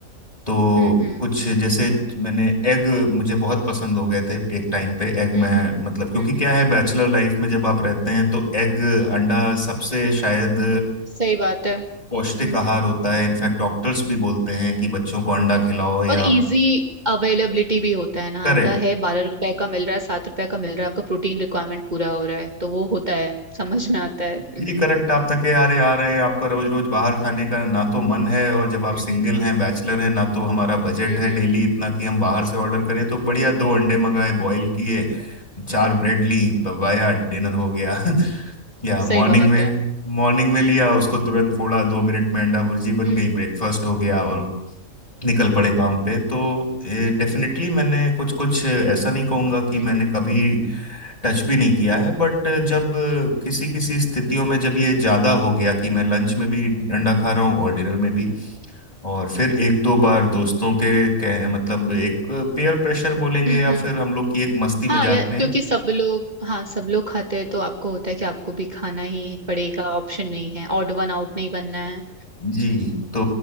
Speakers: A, on the left; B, on the right.
A: तो
B: हम्म हम्म
A: कुछ जैसे मैंने एग मुझे बहुत पसंद हो गए थे एक टाइम पे एग
B: हम्म
A: मैं
B: हम्म
A: मतलब क्योंकि
B: हम्म।
A: क्या है बैचलर लाइफ में जब आप रहते हैं तो एग अंडा सबसे शायद
B: सही बात है हम्म
A: पौष्टिक आहार
B: हम्म
A: होता है इनफैक्ट डॉक्टर्स भी बोलते हैं कि बच्चों को अंडा खिलाओ या
B: और इजी अवेलेबिलिटी भी होता है ना
A: करेक्ट
B: अंडा है बारह रुपए का मिल रहा है सात रुपए का मिल रहा है आपका प्रोटीन रिक्वायरमेंट पूरा हो रहा है तो वो होता है समझ में आता है
A: जी करेक्ट आप थके हारे आ रहे हैं आपका रोज रोज बाहर खाने का ना तो मन है और जब आप
B: हम्म
A: सिंगल हैं बैचलर हैं ना तो हमारा बजट
B: हम्म
A: है
B: हम्म,
A: डेली इतना कि हम बाहर से ऑर्डर करें तो बढ़िया दो अंडे मंगाए बॉईल किए चार ब्रेड ली पवाया डिनर हो गया <laughs> या मॉर्निंग
B: सही बात
A: में
B: है
A: मॉर्निंग में लिया उसको तुरंत फोड़ा दो मिनट में अंडा भुर्जी बन
B: हम्म
A: गई ब्रेकफास्ट हो गया और निकल पड़े काम पे तो डेफिनेटली मैंने कुछ कुछ ऐसा नहीं कहूंगा कि
B: हम्म
A: मैंने
B: हम्म
A: कभी टच भी नहीं किया है बट जब किसी किसी स्थितियों में जब ये ज्यादा हो गया कि मैं लंच में भी अंडा खा रहा हूँ और डिनर में भी और फिर एक दो बार दोस्तों के, के मतलब एक पेयर प्रेशर बोलेंगे
B: हम्म।
A: या फिर
B: हम्म।
A: हम लोग की एक मस्ती मजाक
B: हाँ यार
A: में
B: क्योंकि सब लोग हाँ सब लोग खाते हैं तो आपको होता है कि आपको भी खाना ही पड़ेगा ऑप्शन नहीं है ऑड वन आउट नहीं बनना है
A: जी तो